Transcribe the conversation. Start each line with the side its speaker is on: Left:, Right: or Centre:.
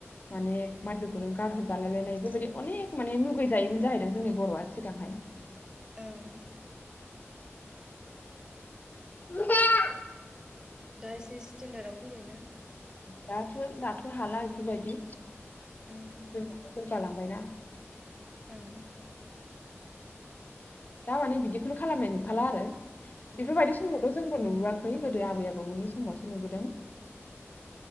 Left: माने माइफोरखौ नों गारहरजालाय लायनाय बेफोरबायदि अनेक माने मुगै जायोमोन जाहैदों जोंनि बर'आ सिगांहाय
Right: ओं
Left: <unintelligible>
Right: दा एसे स्टेेनडार्डआव फैबायना
Left: दाथ' दाथ' हाला एफोरबायदि
Right: उम
Left: जोंहाबो जौगालांबायना
Right: ओं
Left: दा माने बिदिखौनो खालामनाय नुखाला आरो
Right: उम
Left: बेफोरबायदि समावथ' जोंबो नुबोआखै गोदो आबै आबौमोननि समावसो
Right: उम
Left: नुबोदों